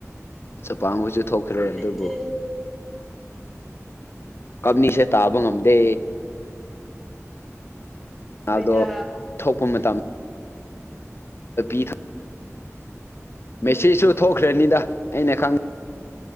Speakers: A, on the left; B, in the centre.
A: ꯆꯄꯥꯡꯕꯣꯏꯁꯨ ꯊꯣꯛꯈ꯭ꯔꯦ
B: ꯅꯨꯡꯉꯥꯏꯇꯦ
A: ꯑꯗꯨꯕꯨ ꯀꯞꯅꯤꯁꯦ ꯇꯥꯕ ꯉꯝꯗꯦ
B: ꯍꯣꯏꯗ
A: ꯑꯗꯣ ꯊꯣꯛꯄ ꯃꯇꯝ ꯤ
B: ꯎꯝ
A: ꯃꯦꯁꯤꯖꯁꯨ ꯊꯣꯛꯈ꯭ꯔꯅꯤꯗ ꯑꯩꯅ ꯈꯪꯉ